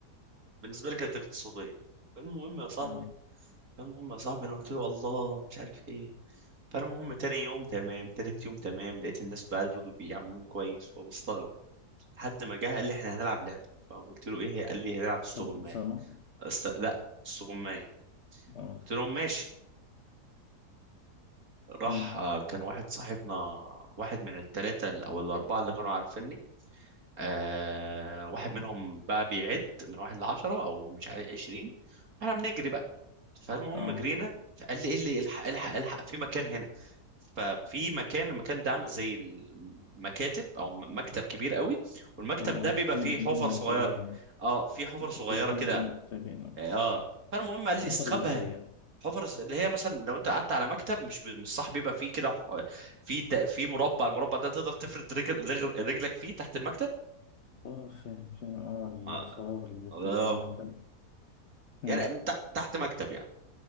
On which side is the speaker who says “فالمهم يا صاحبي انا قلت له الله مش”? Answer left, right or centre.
Right